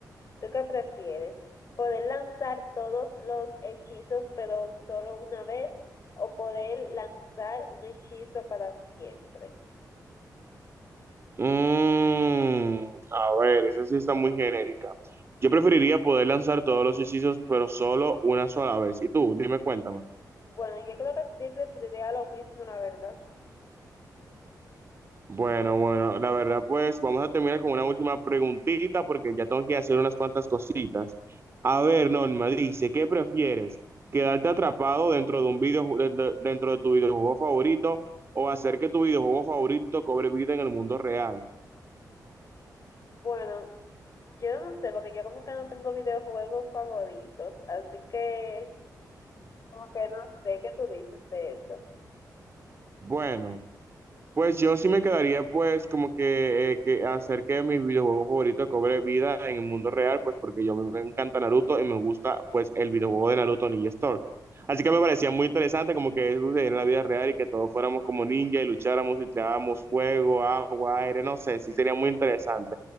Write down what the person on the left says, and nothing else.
¿Tú qué prefieres? ¿Poder lanzar todos los hechizos pero solo una vez o poder lanzar un hechizo para siempre?
Bueno, yo creo que sí preferiría lo mismo, la verdad.
Bueno, yo no sé, porque yo como que no tengo videojuegos favoritos, así que como que no sé qué tú dices de eso.